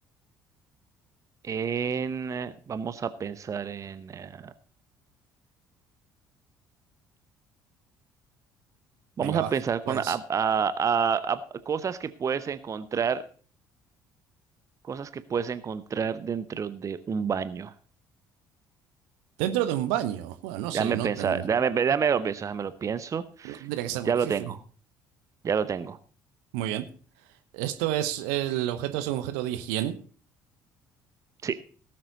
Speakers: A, on the right; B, on the right.
A: en, eh, vamos a pensar en, eh, vamos
B: Venga,
A: a
B: va,
A: pensar
B: tú puedes.
A: con a- a- a- a cosas que puedes encontrar Cosas que puedes encontrar dentro de un baño.
B: Dentro de un baño. Bueno, no sé,
A: Déjame
B: no,
A: pensar,
B: tan-
A: déjame, déjame lo pienso, déjame lo pienso.
B: no tendría que ser muy
A: Ya
B: difícil.
A: lo tengo, ya lo tengo.
B: Muy bien. Esto es, el objeto es un objeto de higiene,
A: Sí,